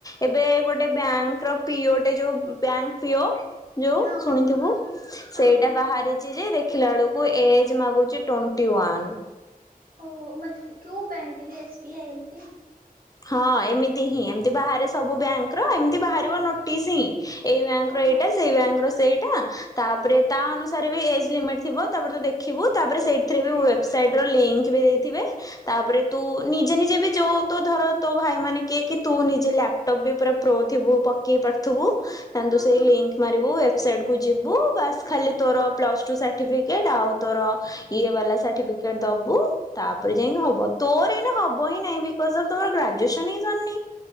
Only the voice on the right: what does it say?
ହଁ
ହଁ
ହଁ।
ଓହୋ ମତ୍ କୋଉ ବ୍ୟାଙ୍କ <unintelligible> ଏସ୍ ବି ଆଇ ଏମତି।
ହଁ
ହଁ
ହଁ
ହଁ।